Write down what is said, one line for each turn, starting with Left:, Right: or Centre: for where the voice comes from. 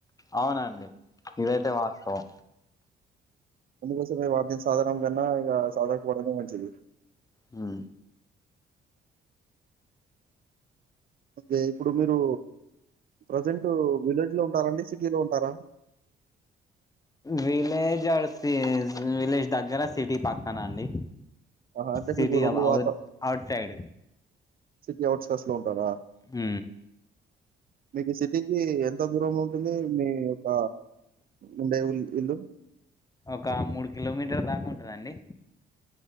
Left: అవునండి ఇదైతే వాస్తవం
Right: అందుకోసమే వాద్యం సాధనం కన్నా ఇక సాధకపోవడమే మంచిది
Left: ఊ
Right: ఓకే ఇప్పుడు మీరు ప్రజెంట్ విలేజ్ లో ఉంటారా అండి సిటీ లో ఉంటారా
Left: విలేజ్ ఆ విలేజ్ దగ్గర సిటీ పక్కన అండి
Right: ఆహా! అంటే
Left: సిటీ
Right: మీకు
Left: ఔ
Right: వాత
Left: outside
Right: city outskirts లో ఉంటారా
Left: ఊ
Right: మీకు సిటీకి ఎంత దూరం లో ఉంటుంది మీ యొక్క ఉండే ఉల్ ఇల్లు
Left: ఒక మూడు కిలోమీటర్ దాకా ఉంటది అండి